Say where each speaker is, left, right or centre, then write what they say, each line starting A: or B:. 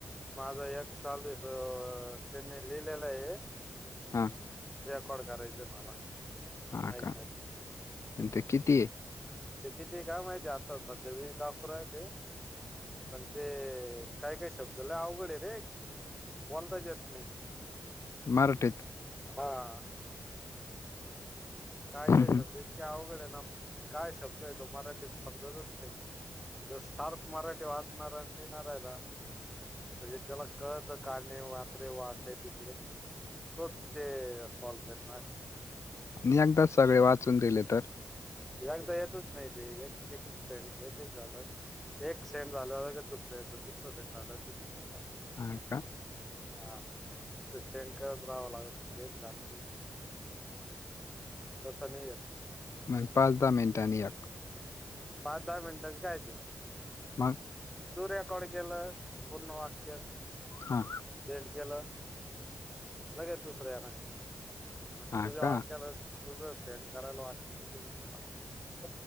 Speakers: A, in the centre; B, on the left.
A: माझा एक चालू आहे त त्यांनी लिहिलेला आहे.
B: हा!
A: खोड करायचंय मला.
B: हा
A: माईक
B: का?
A: मध्ये
B: आणि ते किती आहे?
A: ते किती काय माहिती आता ते आता सध्या अपुर आहे ते, पण ते काय काय शब्द लय अवघड आहे ते, कोणताच येत नाही.
B: मराठीत.
A: हा काय
B: हा
A: काय शब्द इतके अवघड आहे ना काय शब्द आहे तो मराठीत समजतच नाही. ज सार्प मराठी वाचणार आणि लिहिणार आहे आहे ना? म्ह त्याला कळत काणे वापरे वा आकडे बिकडे तो ते सॉल्व करणार,
B: मी अदा सगळे वाचून दिले तर,
A: एकदा येतच नाही ते एक एक एक स एक झालं. एक सेंट झाले दुसरे दुसरं सेंट झाला तिस सें झा
B: ह का?
A: हा ते सेंड करत राहावं लागत हेच झालं त सं नाही आहे
B: म पाच दहा मिनटांनी या
A: पाच दहा मिनिटांचं काय
B: मग,
A: तू रेकॉर्डिंग केेलं पूर्ण वाक्य
B: हा
A: भेट केलं. लगेच दुसर्या येख म तुझ्या
B: हा का
A: वाक्याला. तुझं सेंड करायला वाटते तिथ,